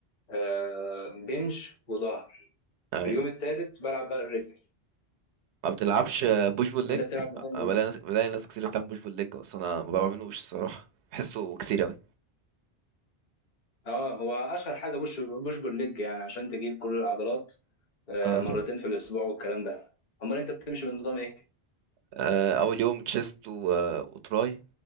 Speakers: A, on the left; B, on the right.
A: آه، بنش وظهر
B: اي
A: اليوم التالت بلعب بقى الرجل
B: ما بتلعبش بوش بول ليج
A: انت بتلعب مثلا
B: آه،
A: ايه؟
B: بلاقي ناس بلاقي ناس كتير بتعمل بوش بول ليج بس انا ما بعملوش الصراحه بحسه كتير اوي
A: اه هو اشهر حاجه بوش بوش بول ليج يعني عشان تجيب كل العضلات آه،
B: اه
A: مرتين في الاسبوع والكلام ده امال انت بتمشي بنظام ايه؟
B: آه، اول يوم تشيست و... آه، وتراي